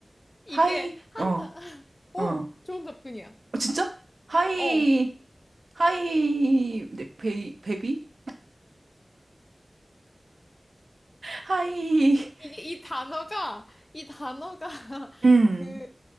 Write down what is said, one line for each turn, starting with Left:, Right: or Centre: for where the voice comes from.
Left: 이게
Right: 하이,
Left: 한
Right: 어,
Left: 단, <laughs> 오,
Right: 어. 어,
Left: 좋은 접근이야.
Right: 진짜? 하이,
Left: 어.
Right: 하이, 네, 베이, 베비? 하이.
Left: 이게 이 단어가, 이 단어가 <laughs>
Right: 음,
Left: 그